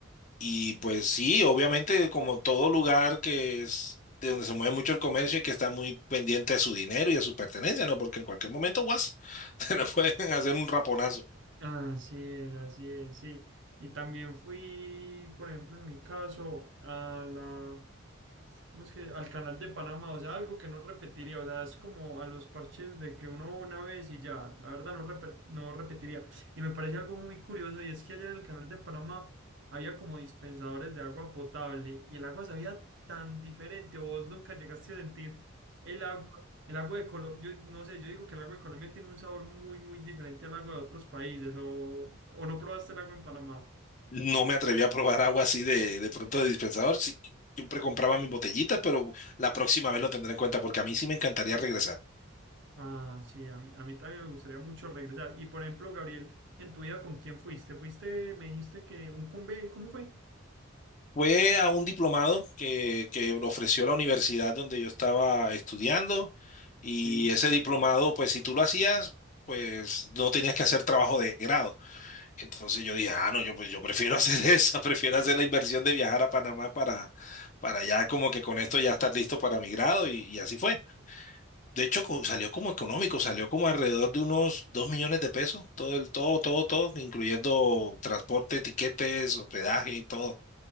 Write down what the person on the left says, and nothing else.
Y pues sí, obviamente como todo lugar que es de donde se mueve mucho el comercio y que está muy pendiente de su dinero y de su pertenencia, ¿no? Porque en cualquier momento, guas, <laughs> te le pueden hacer un raponazo.
No me atreví a probar agua así de, de pronto de dispensador. Sí, siempre compraba mis botellitas, pero la próxima vez lo tendré en cuenta porque a mí sí me encantaría regresar.
Fue a un diplomado que, que lo ofreció la universidad donde yo estaba estudiando y
ese diplomado, pues si tú lo hacías, pues no tenías que hacer trabajo de grado Entonces yo dije, ah, no, yo pues yo prefiero hacer <laughs> esa, prefiero hacer la inversión de viajar a Panamá para, para ya como que con esto ya estar listo para mi grado y, y así fue. De hecho, co- salió como económico, salió como alrededor de unos dos millones de pesos, todo el, todo, todo, todo, incluyendo transporte, tiquetes, hospedaje y todo.